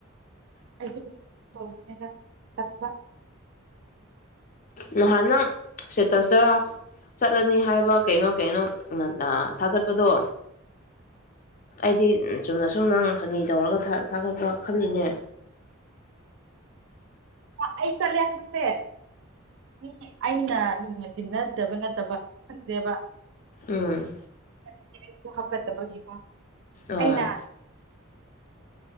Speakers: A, on the right; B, on the left.
A: ꯑꯩꯁꯨ ꯀꯣ ꯇꯧꯒꯅꯦꯅ ꯈꯟꯕ
B: ꯅꯍꯥꯟ ꯅꯪ ꯁꯤꯇꯁꯇꯔꯥ ꯆꯠꯂꯅꯤ ꯍꯥꯏꯕ ꯀꯩꯅꯣ ꯀꯩꯅꯣ ꯊꯥꯒꯠꯄꯗꯣ
A: ꯎꯝ
B: ꯑꯩꯗꯤ ꯆꯨꯝꯅ ꯁꯨꯝ ꯅꯪ ꯐꯥꯒꯤ ꯇꯧꯔꯒ ꯊꯥꯒꯠꯄ ꯈꯜꯂꯤꯅꯦ
A: ꯑꯩ ꯆꯠꯂꯦ ꯁꯦ ꯎꯝ ꯑꯩꯅ ꯂꯨꯅ ꯇꯤꯟꯅꯗꯕ ꯅꯠꯇꯕ ꯈꯪꯗꯦꯕ
B: ꯎꯝ
A: ꯑꯩꯅꯁꯨ ꯍꯥꯞꯀꯠꯇꯕꯒꯤꯀꯣ
B: ꯑꯥ
A: ꯑꯩꯅꯄ